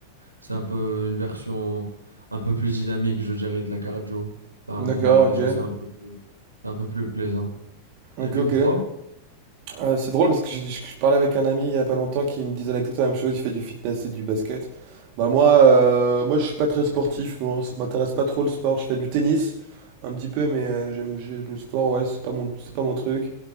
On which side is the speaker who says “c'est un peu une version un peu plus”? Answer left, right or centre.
Right